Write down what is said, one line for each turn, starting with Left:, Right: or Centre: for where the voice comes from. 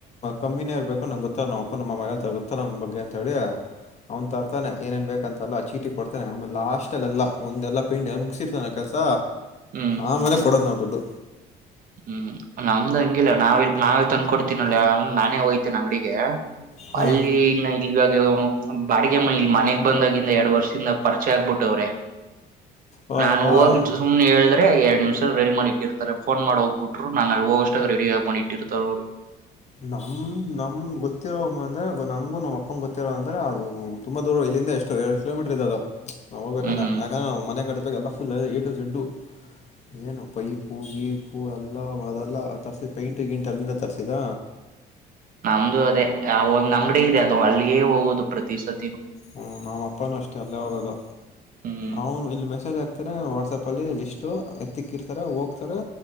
Left: ಕಮ್ಮಿನೇ ಇರ್ಬೇಕು ನಂಗ್ ಗೊತ್ತ ನಮ್ಮ್ ಅಪ್ಪ ನಮ್ಮ ಅಮ್ಮ ಏನಂತಾರೆ ಗೊತ್ತ ನಮ್ಮ್ ಬಗ್ಗೆ ಅಂತ ಹೇಳಿ ಅವ್ನು ತರ್ತಾನೆ ಅರಏನೇನ್ ಬೇಕಂತಲ್ಲ ಚೀಟಿ ಕೊಡ್ತಾನೆ ಆಮೇಲೆ ಲಾಸ್ಟ್ ಅಲ್ಲ ಎಲ್ಲಾ ಒಂದೆಲ್ಲ ಪೇಂಟ್ ಮುಗಸಿರ್ತಾನೆ ಕೆಲ್ಸ
Right: ಹ್ಮ್
Left: ಆಮೇಲೆ ಕೊಡೋದ್ ನಾವ್ ದುಡ್ಡು
Right: ಹ್ಮ್ ನಮ್ದ್ ಹಂಗಿಲ್ಲ ನಾವೇ ನಾವೇ ತಂದ್ಕೊಂಡಿತಿನಿ ನಾನೇ ಹೋಗಯ್ತೀನಿ ಅಂಗಡಿಗೆ
Left: ಹಾ
Right: ಅಲ್ಲಿ ಈಗ ನಂಗ್ ಇವಾಗ ಇವಗ ಬಾಡಿಗೆ ಮನಿಲ್ಲಿ ಮನೆಗ್ ಬಂದಾಗಿಂದ ಎರಡ್ ವರ್ಷದಿಂದ ಪರಿಚೆ ಆಗ್ಬಿಟ್ಟ ಅವ್ರೆ
Left: ಹಾಂ
Right: ನಾನ್
Left: ಹಾಂ
Right: ಹೋಗಿ ಸುಮನೆ ಹೇಳಿದ್ರೆ ಎರಡ್ ನಿಮಿಷ ರೆಡಿ ಮಾಡಿಟ್ಟಿರ್ತಾರೆ ಫೋನ್ ಮಾಡ ಹೋಗ ಬಿಟ್ರು ನನ್ ಅಲ್ಲಿ ಹೋಗೋಷ್ಟ್ರಲ್ಲಿ ರೆಡಿಯಾಗಿ ಇಟ್ಟಿರ್ತರೆ ಅವರು
Left: ನಮ್ಮ್ ನಮ್ಮ್ ಗೊತ್ತಿರೋ ಅಂದ್ರೆ ನಂಗು ನಮ್ ಅಪ್ಪನ್ ಗೊತ್ತಿರೋ ಅಂದ್ರೆ ಅದು ತುಂಬಾ ದೂರ ಇಲ್ಲಿಂದ ಎಷ್ಟು ಎರಡ್ ಕಿಲೋಮೀಟರ್ ಇದ್ದ ಅದು ನಾವು ಹೋಗ್ಬೇಕಂದ್ರೆ
Right: ಹ್ಮ್ ಹ್ಮ್
Left: ನಾವು ಮನೆ ಎಲ್ ಫುಲ್ ಎ ಟು ಝೆಡ್ ಏನು ಪೈಪು ಗೀಪು ಎಲ್ಲಾ ಅದೆಲ್ಲ ತರ್ಸಿ ಪೈಂಟ್ ಗಿಂಟ್ ಅಲ್ಲಿಂದ ತರ್ಸಿದ
Right: ನಮ್ದು ಅದೇ ಒಂದ್ ಅಂಗಡಿ ಇದೆ ಅದು ಅಲ್ಲಿಗೆ ಹೋಗೋದು ಪ್ರತಿ ಸತಿನು
Left: ಹ್ಮ್ ನಮ್ಮ್ ಅಪ್ಪನೂ ಅಷ್ಟೆ ಅಲ್ಲೇ ಹೋಗೋದು
Right: ಹ್ಮ್
Left: ಅವನು ಇಲ್ಲಿ ಮೆಸೇಜ್ ಹಾಕ್ತಾರೆ ವಾಟ್ಸಪ್ ಅಲ್ಲಿ ಲಿಸ್ಟು ಎತ್ತಿಕ್ಕಿರ್ತಾರೆ ಹೋಗ್ತಾರೆ